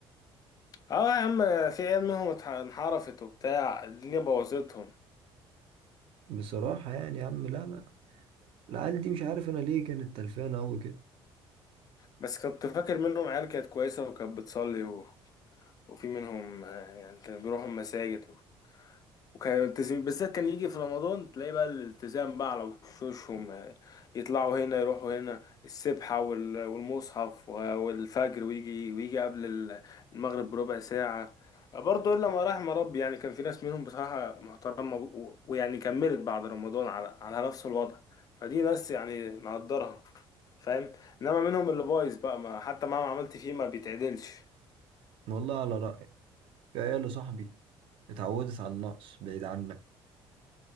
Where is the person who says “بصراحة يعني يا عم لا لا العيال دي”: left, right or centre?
Right